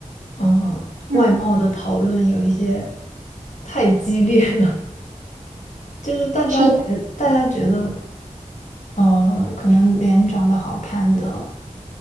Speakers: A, on the left (about 65°); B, on the right (about 80°).
A: 嗯、呃外貌的讨论有一些
B: 嗯，
A: 太激烈了。就是大家觉大家觉得，
B: 是的。
A: 呃，可能脸长得好看的